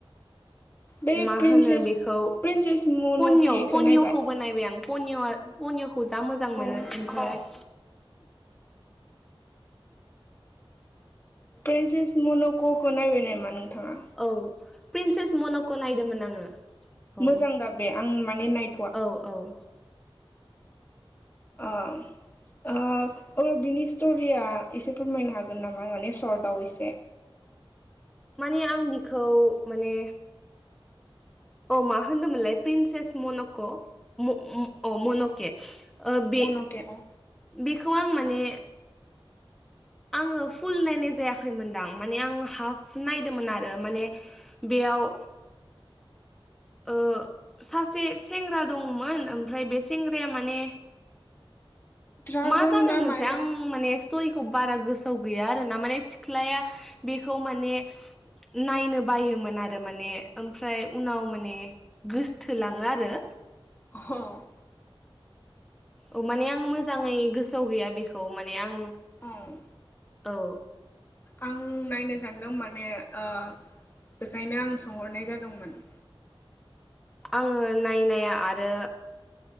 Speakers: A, on the left (about 20°); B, in the centre.
A: बे
B: मा
A: प्रिन्सेस
B: होनो बेखौ
A: प्रिन्सेस मन'केखौ
B: पनिय' पनिय'खौ
A: नायबाय
B: बानायनायबाय आं पनिअ'आ पनिय'खौ जा मोजां
A: औ
B: मोनो ओमफ्राय <unintelligible>
A: प्रिन्सेस मनक'खौ नायबाय नामा नोंथाङा
B: औ प्रिन्सेस मनकखौ नायदोंमोन आङो औ
A: मोजां दा बे आं माने नाय
B: औ औ।
A: ओ। अब्ला बिनि स्ट'रिया एसे फोरमायनो हागोन नामा माने सशर्टआव एसे
B: औ माने आं बिखौ माने औ मा होनदोंमोनलाय प्रिन्सेस मन'क' अ मन'के ओ बे
A: मन'के अ
B: बेखौ आं माने आङो फुल नायनाय जायाखैमोनदां माने आं हाफ नायदोंमोन आरो माने बेयाव ओ सासे सेंग्रा दंमोन ओमफ्राय बे सेंग्राया माने
A: ड्रागन
B: मा जादोंमोनथाय
A: ना मायबा
B: आं माने स्ट'रिखौ बारा गोसोआव गैया आरो ना माने सिख्लाया बेखौ माने नायनो बायोमोन आरो माने ओमफ्राय उनाव माने गोसथोलाङो आरो।
A: <unintelligible>
B: औ माने आं मोजाङै गोसोआव गैया बेखौ माने आं
A: औ
B: औ।
A: आं नायनो सानदों माने आ बेखायनो आं सोंहरनाय जादोंमोन
B: आङो नायनाया आरो